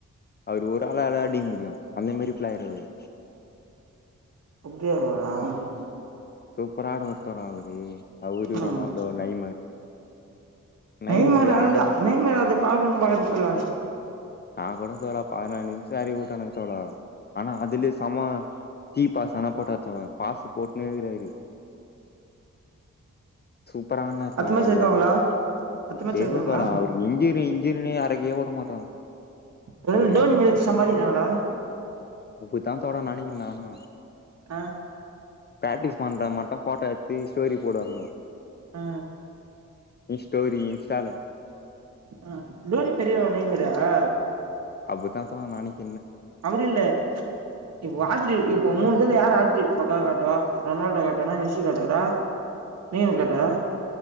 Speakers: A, on the left; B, on the right.
A: அவரு ஒரு ஆலால அடிக்க முடியு அந்த மேரி ப்ளையறு அவுரு
B: <unintelligible>
A: சூப்பரா ஆடுவாரு தோழா அவுரு அவுரு
B: ம்
A: ரொனால்டோ நைமர் நைமரு
B: நெய்மர ஆள்தா
A: ஆடு
B: நெய்மர அது பாக்கணு பாக்கு சொல்ல
A: நான் கூட தோழா பதினாலு நிமிச எறக்யூடானுங்க தோழா ஆனா அதுல சம கீ பாசனா போட்டா தோழா பாசு போட்னே இருக்றாரு சூப்பரா ஆட்னாரு தோழா
B: அடுத்த மேட்ச்
A: அவுரு
B: இருக்காங்களா
A: <unintelligible>
B: அடுத்த மேட்ச்
A: தெர்ல
B: இருக்காங்களா
A: தோழா அவருக்கு இன்ஜீரி இன்ஜீரினே எரைக்கியே வுட மாட்றாங்க
B: ஒருவேள
A: அவரு
B: டோனி மேல வச்சி சம்பாறிக்றாங்ளா
A: அப்படித்தா தோழா நெனைக்றே நானு
B: ஆ
A: பிராக்டிஸ் பண்ற மட்டு போட்டோ ஸ்டோரி போடுவானுங்கோ
B: அ
A: இஸ்டோரி இன்ஸ்டால
B: அ டோனி மெரிய ஒன்னை மெரியா
A: அப்பிதாத்தா நெனைக்கு
B: அப்டி இல்ல இப்ப <unintelligible> இப்ப மூணு இதுல யார் <unintelligible> பக்கா காட்டவா ரொனால்டோ காட்டவாரா ரிஷி காட்டவாரா <unintelligible> காட்வாரா